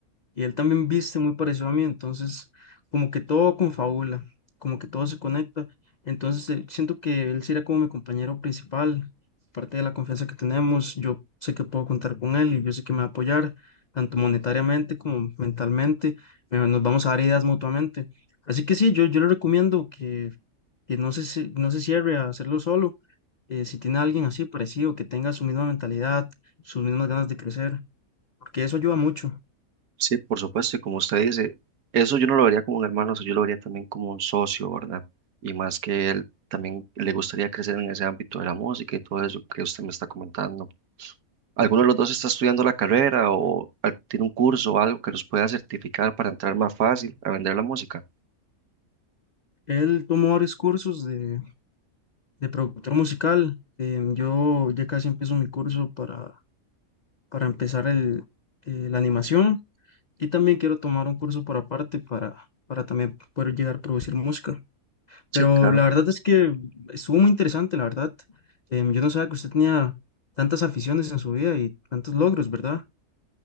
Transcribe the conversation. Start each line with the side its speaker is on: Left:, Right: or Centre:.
Left: y él también viste muy parecido a mí, entonces como que todo confabula, como que todo se conecta, entonces eh, siento que él será como mi compañero principal, parte de la confianza que tenemos, yo sé que puedo contar con él y yo sé que me va a apoyar, tanto monetariamente como mentalmente, eh, nos vamos a dar ideas mutuamente, así que sí, yo, yo le recomiendo que, que no se, ci- no se cierre a hacerlo solo, eh, si tiene a alguien así parecido, que tenga su misma mentalidad, sus mismas ganas de crecer, porque eso ayuda mucho.
Right: Sí, por supuesto, y como usted dice, eso yo no lo vería como un hermano, eso yo lo vería también como un socio, ¿verdad? Y más que él también le gustaría crecer en ese ámbito de la música y todo eso que usted me está comentando. ¿Alguno de los dos está estudiando la carrera o al- tiene un curso o algo que los pueda certificar para entrar más fácil a vender la música?
Left: Él tomó varios cursos de, de productor musical. Eh, yo ya casi empiezo mi curso para, para empezar el, eh, la animación y también quiero tomar un curso por aparte para, para también poder llegar a producir música.
Right: Sí,
Left: Pero
Right: claro.
Left: la verdad es que estuvo muy interesante, la verdad. Em, yo no sabía que usted tenía tantas aficiones en su vida y tantos logros, ¿verdad?